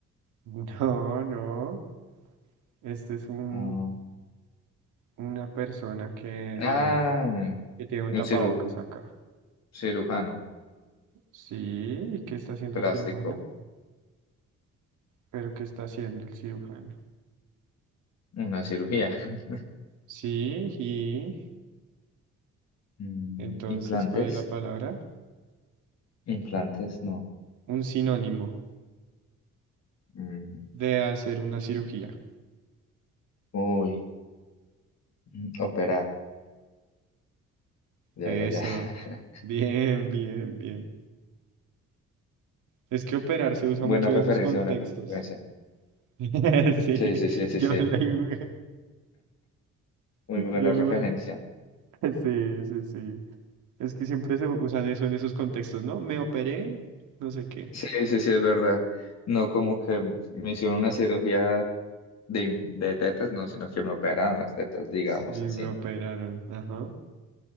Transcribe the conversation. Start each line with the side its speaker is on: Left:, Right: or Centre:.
Right: <laughs> No, no. Este es un,
Left: Ah,
Right: una persona que,
Left: ah,
Right: digamos que, que tiene un
Left: un
Right: tapabocas
Left: ciru- un
Right: acá.
Left: cirujano
Right: Sí, ¿y qué está haciendo
Left: plástico.
Right: el cirujano? ¿Pero qué está haciendo el cirujano?
Left: Una cirugía. <laughs>
Right: Sí, y
Left: Mm,
Right: entonces,
Left: implantes.
Right: ¿cuál es la palabra?
Left: Implantes, no.
Right: Un sinónimo
Left: Mm,
Right: de hacer una cirugía.
Left: uy, mm, operar. Ya,
Right: Eso.
Left: ya, ya. <laughs>
Right: <laughs> Bien, bien, bien. Es que operar se usa
Left: Buena
Right: mucho
Left: referencia,
Right: en esos contextos.
Left: buena referencia.
Right: <laughs> Sí,
Left: Sí, sí, sí, sí,
Right: yo
Left: sí.
Right: le digo.
Left: Muy
Right: Yo
Left: buena
Right: le
Left: referencia.
Right: digo. <laughs> Sí, sí, sí. Es que siempre se usan eso en esos contextos, ¿no? Me operé, no sé qué.
Left: Sí, sí, sí, es verdad. No como que me hicieron una cirugía de, de tetas, no, sino que me operaron las tetas, digamos
Right: Sí, me
Left: así.
Right: operaron. Ajá.